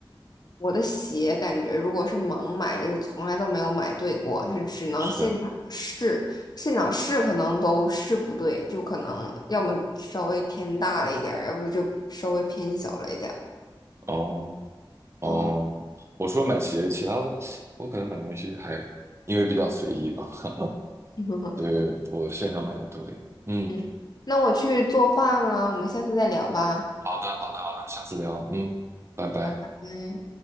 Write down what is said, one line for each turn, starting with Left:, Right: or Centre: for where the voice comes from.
Left: 我的鞋感觉如果是盲买，就是从来都没有买对过，就只能现场试，
Right: 是，
Left: 现场试可能都试不对，就可能要么稍微偏大了一点儿，要不就稍微偏小了一点儿。
Right: 哦哦，
Left: 嗯
Right: 我除了买鞋，其他的我可能买东西还因为比较随意吧，
Left: <laughs>
Right: <laughs> 所以我线上买的多一点，嗯，
Left: 嗯，那我去做饭了，我们下次再聊吧，
Right: 好的好的好的，下次聊，嗯，拜拜。
Left: 拜拜。